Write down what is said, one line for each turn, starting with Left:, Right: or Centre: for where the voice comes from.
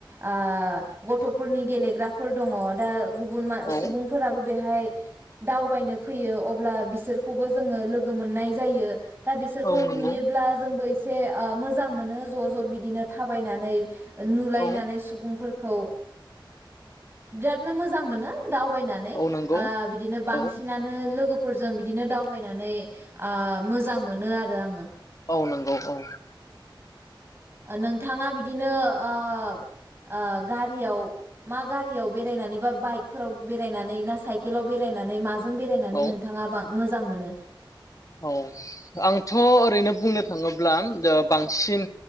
Right: ओ गथ'फोरनि गेलेग्राफोर दंङ दा गुबुन
Left: औ
Right: सुबुंफोराबो बेहाय दावबायनो फैयो अब्ला बिसोरखौबो जोङो लोगो मोननाय जायो। दा बिसोरखौ
Left: औ नंगौ
Right: नुयोब्ला जोंबो ए ओ मोजां मोनो ज ज बिदिनो थाबायनानै। नुलायनानै
Left: औ
Right: सुबुंफोर खौ ओ बिरादनो मोजां मोनो। दावबायनानै ओ
Left: औ नंगौ
Right: बिदिनो
Left: औ
Right: बांसिनानो लोगोफोरजों बि बिदिनो दावबायनानै आ मोजां मोनो आरो आङो।
Left: औ नंगौ औ।
Right: नोंथाङा बिदिनो ओ ओ गारियाव मा गारियाव बेरायनानै बा बाइकफोराव बेरायनानै ना साइकेलाव बेरायनानै मा जों बेरायनानै
Left: औ
Right: नोंथाङा बां मोजां मोनो।
Left: औ आंथ ओरैनो बुंनो थाङोब्ला जो बांसिन